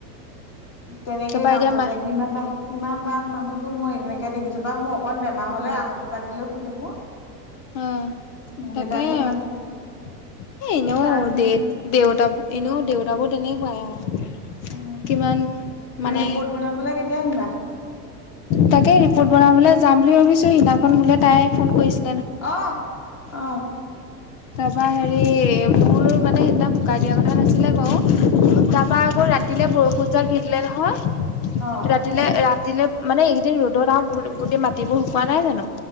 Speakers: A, on the left; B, on the left.
A: তেনেকেই
B: তাৰপা
A: কাম
B: এতিয়া
A: কৰি
B: মা
A: থাক, ইমান টান, ইমান টান মানুহ মই এনেকে দেখিছো, পযা মোৰ অকন বেমাৰ হ'লে আঙুলটো কাটি লৈ শুই থাকো।
B: অহ
A: দেউতাকহে
B: তাকে। এ
A: ইমান
B: এনেও
A: টান
B: দে-দেউতাবোৰ এনেও দেউতাবোৰ তেনেকুৱাই আৰু।
A: <unintelligible>
B: কিমান মানে
A: ৰিপৰ্ট বনাবলৈ কেতিয়া আনিবা?
B: তাকেই ৰিপৰ্ট বনাবলৈ যাম বুলি ভাবিছো, সেইদিনাখন মোলে তাই ফোন কৰিছিল।
A: অহ অহ।
B: তাৰপা হেৰি মোৰ মানে সেইদিনা বোকাই দিয়া কথা নাছিলে বাৰু তাৰাপা আকৌ ৰাতিলে বৰষুণ জাক দি দিলে নহয়।
A: অ',
B: ৰাতিলে-ৰাতিলে মানে এইকেইদিন ৰ'দত আৰু গোটেই মাটিবোৰ শুকোৱা নাই জানো!